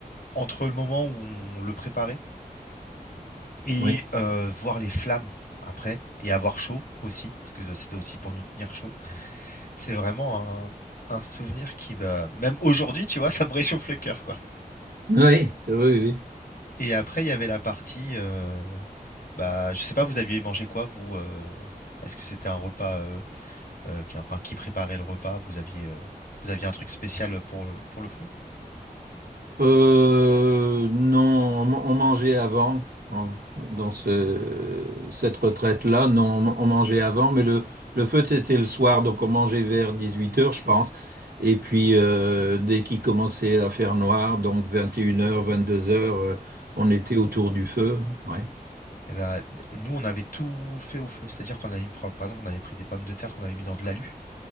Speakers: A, on the left; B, on the right.
A: entre le moment où on le préparait et
B: oui,
A: euh, voir les flammes après, et avoir chaud aussi, parce que c'était aussi pour nous tenir chaud. C'est vraiment un un souvenir qui m'a même aujourd'hui, tu vois, <laughs> ça me réchauffe le cœur, quoi.
B: oui, oui, oui.
A: Et après, il y avait la partie, heu, bah, je sais pas, vous aviez mangé quoi, vous, heu? Est-ce que c'était un repas, heu heu, qui enfin, qui préparait le repas? Vous aviez, heu, vous aviez un truc spécial, pour le pour le feu?
B: Euh, non, on ma- on mangeait avant, hein, dans ce, cette retraite-là. Non, on on mangeait avant, mais le, le feu, c'était le soir, donc on mangeait vers 18 heures, je pense. Et puis, euh, dès qu'il commençait à faire noir, donc 21h, 22 heures, vingt-deux heures, euh, on était autour du feu. ouais.
A: Et bah, nous, on avait tout fait au feu. C'est-à-dire qu'on avait mis par exemple, on avait pris des pommes de terre qu'on avait mis dans de l'alu